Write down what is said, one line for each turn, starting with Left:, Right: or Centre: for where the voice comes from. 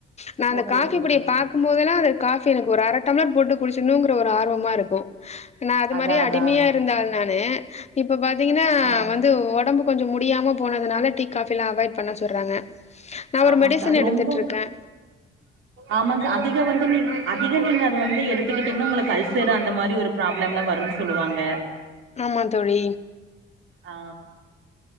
Left: நான் அந்த
Right: ஓகே
Left: காஃபிபொடிய
Right: ஓகேங்க
Left: பாக்கும்போதெல்லாம் அத காஃபி எனக்கு ஒரு அரட் டம்ளர் போட்டு குடிச்சணுங்கிற ஒரு ஆர்வமா இருக்கும் நான் அது
Right: அதா
Left: மாரி
Right: அதா
Left: அடிமையா இருந்தால் நானு இப்ப இப்ப பாத்தீங்கன்னா
Right: ஆ
Left: வந்து உடம்புக்கு கொஞ்சம் முடியாம போனதுனால டீ காபில்லாம் அவாய்ட் பண்ண சொல்றாங்க நா
Right: ஆமாங்க
Left: ஒரு மெடிசன்
Right: சார் அது
Left: எடுத்துட்ருக்கே
Right: ரொம்போ ஆமாங்க சார் அதிக நீ வந்து நீ அதிக நீங்க அத வந்து எடுத்துக்கிட்டீங்கன்னா உங்க அல்சர் அந்த மாதிரி ஒரு ப்ராப்ளம் எல்லாம் வரும்னு சொல்லுவாங்க
Left: ஆமா தோழி
Right: ஆ